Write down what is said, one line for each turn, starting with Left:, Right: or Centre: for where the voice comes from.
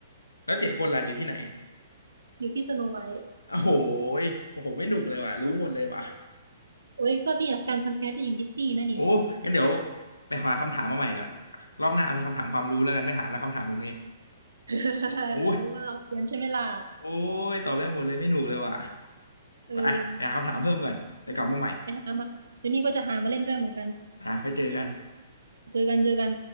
Left: แล้วเจ็ดคนล่ะอยู่ที่ไหน
Right: อยู่ที่สโนไวท์
Left: โอ้โหยโอ้โหไม่หนุกเลยว่ะรู้หมดเลยว่ะ
Right: โอ้ยก็เนี่ยแฟนพันธุ์แท้จะหญิงดิสนีย์นะนี่
Left: โอ้งั้นเดี๋ยวไปหาคำถามมาใหม่ก่อนรอบหน้าเอาเป็นคำถามความรู้แล้วกันไม่ถามแล้วคำถามแบบนี้
Right: <laughs>
Left: โอ้ย
Right: รู้ว่าเราเซียนใช่ไหมล่ะ
Left: โอ้ย ตอบได้หมดเลยไม่หนุกเลยว่ะ
Right: เออ
Left: ไปหาคำถามเพิ่มก่อนเดี๋ยวกลับมาใหม่
Right: ไปหามาเดี๋ยวนี้ก็จะหามาเล่นด้วยเหมือนกัน
Left: อ่ะไปเจอกัน
Right: เจอกันเจอกัน